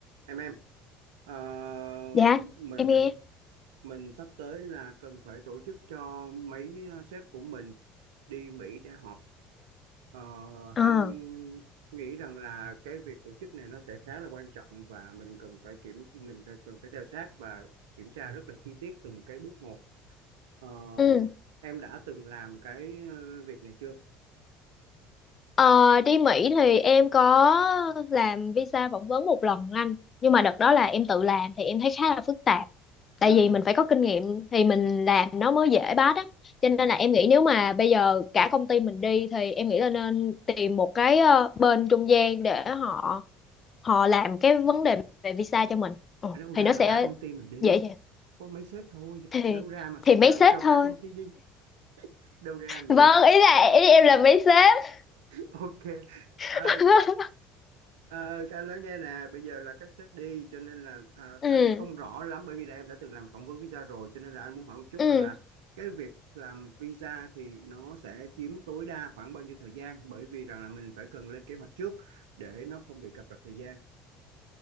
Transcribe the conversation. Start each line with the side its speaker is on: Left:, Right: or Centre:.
Right: em em ờ,
Left: Dạ,
Right: m- mình
Left: em nghe.
Right: mình sắp tới là cần phải tổ chức cho mấy ờ, sếp của mình đi Mỹ để họp Ờ,
Left: Ờ,
Right: anh nghĩ rằng là cái việc tổ chức này nó sẽ khá là quan trọng và mình cần phải kiểm mình phải, cần phải theo sát và kiểm tra rất là chi tiết từng cái bước một Ờ,
Left: Ừ.
Right: em đã từng làm cái ờ, việc này chưa
Left: Ờ, đi Mỹ thì em có làm visa phỏng vấn một lần anh. Nhưng mà đợt đó là em tự làm thì em thấy khá là phức tạp. Tại
Right: ừ.
Left: vì mình phải có kinh nghiệm thì mình làm nó mới dễ bắt á. Cho nên là em nghĩ nếu mà bây giờ cả công ty mình đi thì em nghĩ là nên tìm một cái ờ, bên trung gian để họ họ làm cái vấn đề về visa cho mình. Ừ,
Right: đâu ra
Left: thì nó
Right: mà
Left: sẽ
Right: cả công ty mình đi
Left: dễ dàng.
Right: có mấy sếp thôi
Left: Thì
Right: đâu ra mà suất
Left: thì mấy
Right: nào
Left: sếp
Right: mà cho
Left: thôi.
Right: cả công ty đi đâu ra mà vậy
Left: Vâng, ý là ý em là mấy sếp.
Right: Ok,
Left: <laughs>
Right: Ờ, ờ, anh nói nghe nè, bây giờ là các sếp đi cho nên là ờ,
Left: Ừ.
Right: anh không rõ lắm bởi vì là em đã từng làm phỏng vấn visa rồi cho nên là anh muốn hỏi một chút
Left: Ừ,
Right: rằng là cái việc làm visa thì nó sẽ chiếm tối đa khoảng bao nhiêu thời gian bởi vì rằng là mình phải cần lên kế hoạch trước để nó không bị cập rập thời gian.